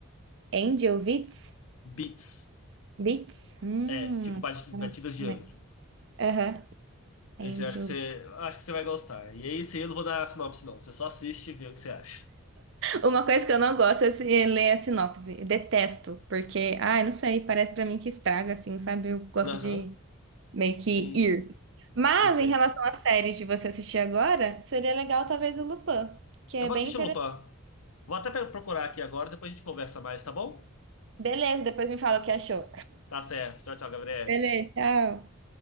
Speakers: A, on the right (about 55°); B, on the left (about 75°).
A: Angel Witz?
B: Beats.
A: Beats? Hum,
B: É, tipo bat-
A: anotei
B: batidas de
A: também.
B: anjo.
A: Aham.
B: Esse
A: Angel.
B: eu acho que você, eu acho que você vai gostar. E esse eu não vou dar sinopse, não. Você só assiste e vê o que você acha.
A: Uma coisa que eu não gosto é se- é ler a sinopse. Eu Detesto, porque, ai, não sei, parece pra mim que estraga, assim, sabe? Eu gosto
B: Aham,
A: de meio
B: sim,
A: que ir. Mas,
B: entendo.
A: em relação à série de você assistir agora, seria legal talvez o Lupin, que
B: Eu
A: é
B: vou
A: bem
B: assistir
A: interessante.
B: Lupin. Vou até pe- procurar aqui agora, depois a gente conversa mais, tá bom?
A: Beleza, depois me fala o que achou.
B: Tá certo. Tchau, tchau, Gabriel.
A: Beleza, tchau.